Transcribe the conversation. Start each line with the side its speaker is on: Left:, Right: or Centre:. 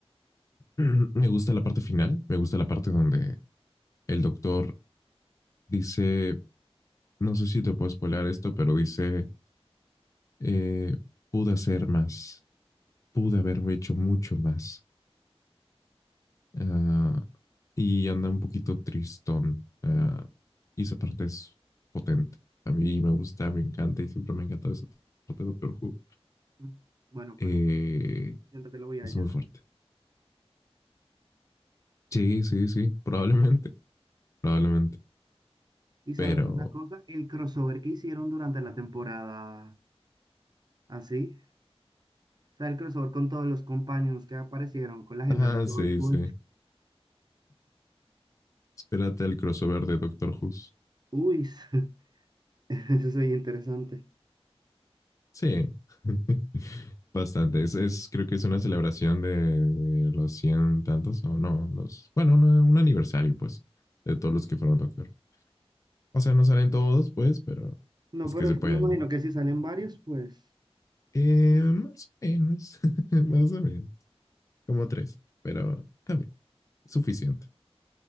Left: <clears throat> Me gusta la parte final. Me gusta la parte donde el doctor dice No sé si te puedo spoilear esto, pero dice, eh, pude hacer más, pude haber hecho mucho más. Ah, y anda un poquito tristón. ah, y esa parte es potente. A mí me gusta, me encanta y siempre me ha encantado esa parte de Doctor Who.
Right: mm. Bueno,
Left: Eh,
Right: pero siento que lo voy a
Left: es
Right: llorar.
Left: muy fuerte. Sí, sí, sí, probablemente, probablemente.
Right: Y sabes
Left: Pero,
Right: una cosa, el crossover que hicieron durante la temporada, así, o sea, el crossover con todos los compañeros que aparecieron, con la gente
Left: ah,
Right: de Torchwood.
Left: sí, sí. Espérate al crossover de Doctor Who.
Right: Uy, <laughs> eso es interesante.
Left: Sí, <laughs> bastante. Es, es- creo que es una celebración de, de los cien tantos, o no, los, bueno, una- un aniversario, pues, de todos los que fueron doctor. O sea, no salen todos, pues, pero
Right: No,
Left: es
Right: pero
Left: que se puede,
Right: me imagino
Left: ¿no?
Right: que si salen varios, pues,
Left: Eh,
Right: pues
Left: más o menos, <laughs> más o menos, como tres, pero también, suficiente.